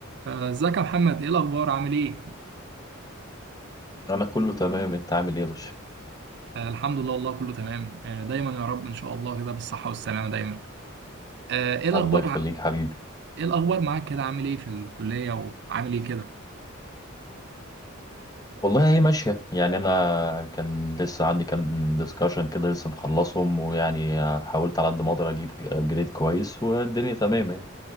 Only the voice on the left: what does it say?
انا كله تمام انت عامل ايه يا باشا
الله يخليك
حبيبي
والله هي ماشيه يعني انا كان لسه عندي كام ديسكشن كده لسه مخلصهم ويعني حاولت على قد ما اقدر اجيب جريد كويس والدنيا تمام اهي